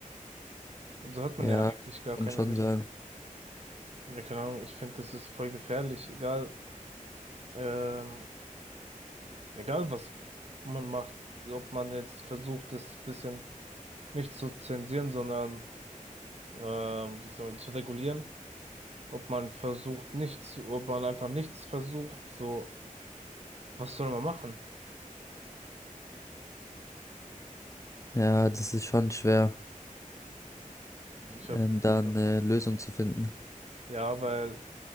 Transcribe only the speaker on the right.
Und so hat man
ja eigentlich gar
keine
richtige,
ja, keine Ahnung, ich finde, das ist voll gefährlich, egal, ähm, egal was man macht, ob man jetzt versucht, das bisschen nicht zu zensieren, sondern ähm, wie soll, zu regulieren ob man versucht nichts, ob man einfach nichts versucht, so Was soll man machen?
Ich hab,
ja, weil